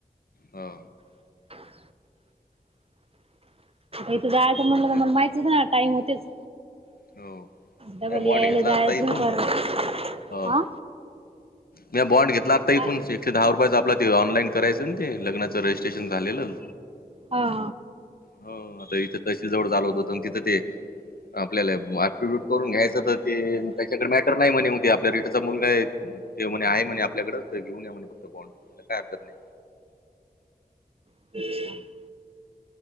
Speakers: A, on the left (about 65°); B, on the right (about 35°).
A: हा.
B: अं, इथं जायचं म्हणलं का
A: ते
B: मला माहितच ना टाइम होतेच.
A: ह
B: डबल
A: त्या बोंड
B: यायला
A: घेतला
B: जायला
A: असता इथून
B: थोडी परवडत
A: ह
B: हा
A: म्या बॉंड घेतला आता इथून
B: काय
A: एकशे दहा रुपयाचा आपला, ते ऑनलाईन करायचं ते लग्नाचं रजिस्ट्रेशन. स्टेशन झालेलं,
B: हा
A: हो आता इथे तहसील जवळ आलो होतो तं तिथं ते आपल्याला ऍप्टीट्युट करून घ्यायचं तर ते, त्याच्याकडे मॅटर नाही म्हणे मग ते आपल्या रिटीचा मुलगा हे. ते म्हणे आहे म्हणे आपल्याकडं, तर घेऊन या म्हणे फक्त बॉन्ड तर काय हरकत नाही.
B: <inaudible>